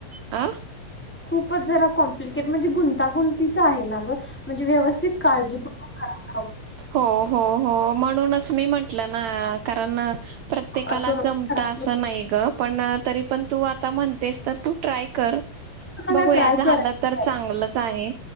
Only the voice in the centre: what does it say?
खूपच जरा कॉम्प्लिकेट म्हणजे गुंतागुंतीच आहे ना गं. म्हणजे व्यवस्थित काळजी पूर्वक करा.
असं
खराब
होत
मला
ट्राय
करायचं
आहे.